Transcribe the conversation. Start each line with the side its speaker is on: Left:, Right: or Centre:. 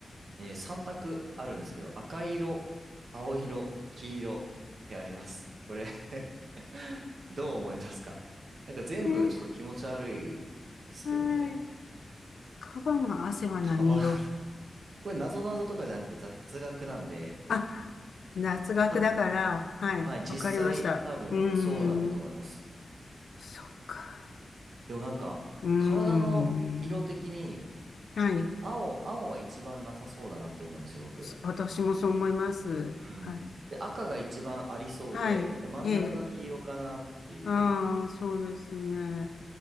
Right: えー、3択あるんですけど、赤色、青色、黄色ってあります。これ <laughs> どう思いますかなんか全部ちょっと気持ち悪いですけどね。
Left: ええ、はい、カバの汗は何色
Right: カバン <laughs> これ謎々とかじゃなくて雑学なんで、
Left: あ、夏学だから、
Right: 多分、
Left: はい、
Right: はい、実際多分そうなんだと思います。
Left: わかりました。うーん、そっか、
Right: でもなんか、
Left: うーん、
Right: 体の色的に、
Left: はい、
Right: 青、青は一番なさそうだなって思うんですよ、僕。
Left: 私もそう思います。
Right: うん。
Left: はい、
Right: で、赤が一番ありそうで、
Left: はい、
Right: で、真ん中が黄色かなっていう。
Left: ええ、ああ、そうですね。